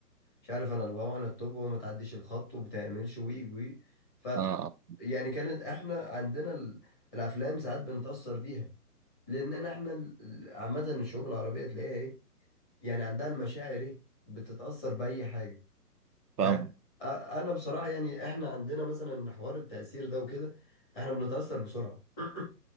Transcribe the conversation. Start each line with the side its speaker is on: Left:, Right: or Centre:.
Left: مش عارف انا البابا انا التوب وما تعديش الخط وبتعملش وي وي ف
Right: اه آه.
Left: يعني كانت احنا عندنا ال- الافلام ساعات بنتاثر بيها لاننا احنا ال- ال- عامه الشعوب العربيه تلاقيها ايه يعني عندها المشاعر ايه بتتاثر باي حاجه ف
Right: فاهم
Left: أ- انا بصراحه يعني احنا عندنا مثلا حوار التاثير ده وكده احنا بنتاثر بسرعه <clears throat>